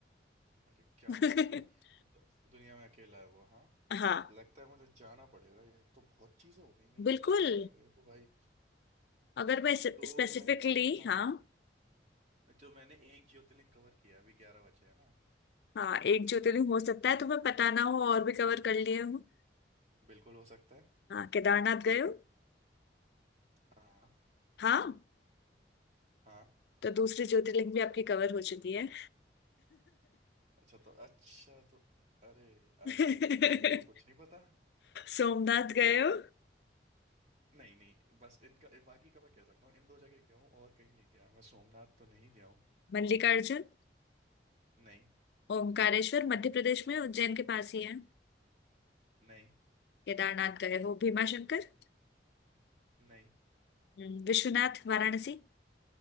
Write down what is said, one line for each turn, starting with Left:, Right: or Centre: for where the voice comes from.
Right: अरे क्या
Left: <laughs>
Right: बात है दु- दुनिया में अकेला है वो हाँ
Left: हाँ
Right: लगता है मुझे जाना पड़ेगा ये तो बहुत चीजें हो गई मेरे
Left: बिल्कुल
Right: लिए जाना पड़ेगा ये तो भाई
Left: अगर मैं
Right: तो
Left: स्पेसिफिकली
Right: मैं हाँ
Left: हाँ
Right: जो मैंने एक ज्योतिर्लिंग कवर किया है, अभी ग्यारह बचे हैं ना
Left: हाँ एक ज्योतिर्लिंग हो सकता है तुम्हें पता ना हो और भी कवर कर लिए हूँ
Right: बिल्कुल हो सकता है
Left: हाँ केदारनाथ गए हो
Right: हाँ
Left: हाँ
Right: हाँ
Left: तो दूसरी ज्योतिर्लिंग भी आपकी कवर हो चुकी है
Right: अच्छा तो अच्छा तो अरे
Left: <laughs>
Right: अरे यार मेरे को तो कुछ नहीं पता
Left: सोमनाथ गए हो
Right: नहीं नहीं बस इनका बाकी का मैं कह सकता हूँ इन दो जगह गया हूँ और कहीं नहीं गया मैं सोमनाथ तो नहीं गया हूँ
Left: मल्लिकार्जुन
Right: नहीं
Left: ओमकारेश्वर मध्य प्रदेश में उज्जैन के पास ही है
Right: नहीं
Left: केदारनाथ गए हो भीमाशंकर
Right: नहीं
Left: हम्म, विश्वनाथ वाराणसी